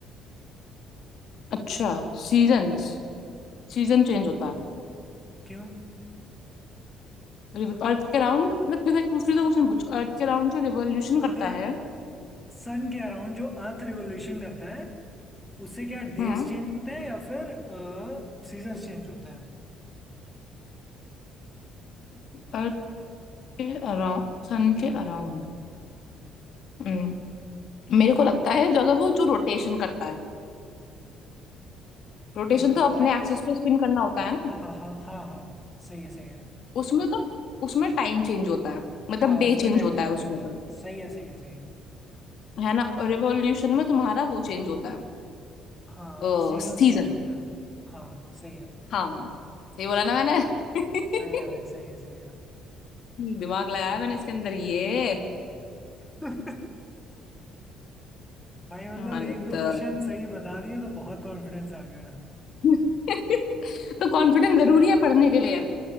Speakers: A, on the left; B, in the centre.
A: अच्छा सीजन्स सीजन चेंज होता
B: क्यों
A: है अर्थ के राउंड मैं फिर एक फिर क्वेश्चन पूछ अर्थ के राउंड जो रिवोल्यूशन
B: अगर
A: करता है
B: सन के अराउंड जो अर्थ रिवोल्यूशन करता है उससे क्या डेज
A: हम्म
B: चेंज होते हैं या फिर सीजन चेंज होते हैं
A: अर्थ के अराउंड सन के अराउंड हम्म मेरे को लगता है जो अगर वो जो रोटेशन करता है रोटेशन
B: रोटेशन
A: तो अपने एक्सिस पे स्पिन करना होता है ना
B: हाँ हाँ हाँ हाँ सही है सही है
A: उसमें तो उसमें टाइम चेंज होता है मतलब
B: हाँ
A: डे
B: उसमें
A: चेंज
B: टाइम
A: होता
B: चेंज
A: है उसमें
B: होता
A: तो।
B: है सही है सही है सही है
A: है ना रिवॉल्यूशन में तुम्हारा वो चेंज होता
B: हाँ
A: है
B: सीजन
A: सीजन
B: चेंज होता है हाँ सही है
A: हाँ सही बोला ना मैंने <laughs>
B: सही है भाई सही है सही है
A: दिमाग लगाया मैंने इसके अंदर ये
B: <laughs> भाई मतलब
A: हाँ
B: एक
A: नहीं
B: दो
A: तो
B: क्वेश्चन सही बता दिए तो बहुत कॉन्फिडेंस आ गया
A: <laughs> तो कॉन्फिडेंस जरूरी है पढ़ने के लिए